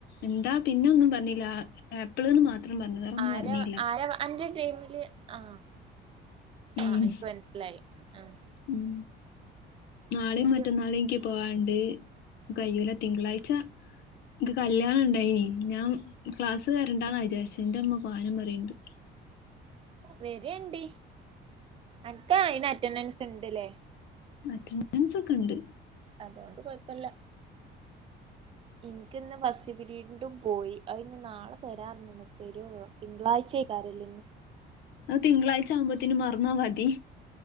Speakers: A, on the left; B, on the right.
A: എന്താ പിന്നെ ഒന്നും പറഞ്ഞില്ല ആപ്പിൾന്ന് മാത്രം പറഞ്ഞു വേറെന്നും
B: ആരാ
A: പറഞ്ഞില്ല
B: ആരാ അന്റെ ടീമില് ആഹ്
A: ഉം
B: ആഹ് ഇപ്പൊ മനസിലായി ആഹ്.
A: ഉം നാളെയും
B: എനിക്ക്
A: മറ്റ നാളെയുംക്ക് പോവാണ്ട് കഴിയുല്ല തിങ്കളാഴ്ച്ച. ഇനിക്ക് കല്യാണം ഉണ്ടായേനി ഞാൻ ക്ലാസ് വരേണ്ടെന്ന് വിചാരിച്ച്, എന്റെ അമ്മ പോവാനും പറഞ്ഞു.
B: വരേണ്ടി അനക്ക് അയിന് അറ്റെൻഡൻസ് ഉണ്ടാല്ലേ.
A: അറ്റാനാൻസ് ഒക്കെ ഉണ്ട്
B: അതുകൊണ്ട് കുഴപ്പില്ല. ഇൻക്ക് ഇന്ന് ഫാസ്റ്റ് പിരീഡ്ന്റും പോയി അയിന്ന് നാളെ തരാന്ന്പറഞ്ഞന് തരുവോ ഇന്ന് തിങ്കളാഴ്ച്ചായിരിക്കിയല്ലേ.
A: അത് തിങ്കളാഴ്ച ആവുമ്പത്തേന് മറന്നാൽ മതി.